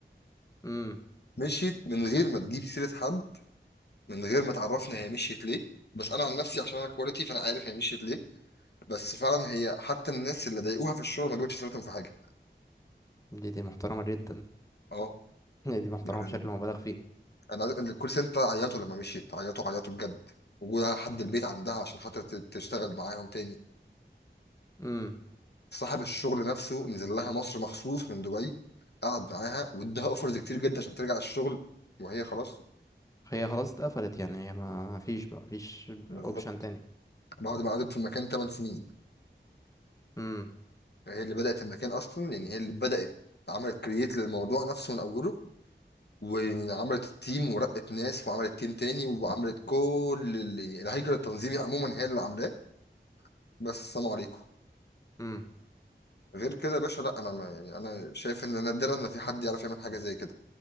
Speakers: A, on the left; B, on the left.
A: امم.
B: مشيت من غير ما تجيب سيرة حد من غير ما تعرفنا هي مشيت ليه بس أنا عن نفسي عشان أنا كواليتي فأنا عارف هي مشيت ليه بس فعلا هي حتى الناس اللي ضايقوها في الشغل ما جابتش سيرتهم في حاجة
A: دي دي محترمة جدا
B: اه
A: <laughs> دي دي محترمة
B: يعني
A: بشكل مبالغ فيه
B: أنا عايز- الكول سنتر عيطوا لما مشيت عيطوا عيطوا بجد وجودها لحد البيت عندها عشان خاطر ت- تشتغل معاهم تاني
A: امم
B: صاحب الشغل نفسه نزل لها مصر مخصوص من دبي قعد معاها واداها اوفرز كتير جدا عشان ترجع الشغل وهي خلاص
A: هي خلاص اتقفلت يعني هي ما فيش بقى ما فيش
B: بالظبط
A: اوبشن تاني
B: بعد ما قعدت في المكان 8 سنين
A: امم
B: هي اللي بدأت المكان اصلا يعني هي اللي بدأت عملت كرييت للموضوع نفسه من اوله وعملت التيم ورقت ناس وعملت تيم تاني وعملت كل ال- يعني الهيكل التنظيمي عموما هي اللي عاملاه بس السلام عليكم
A: امم
B: غير كده يا باشا لا انا ما يعني انا شايف ان نادرا ان في حد يعرف يعمل حاجه زي كده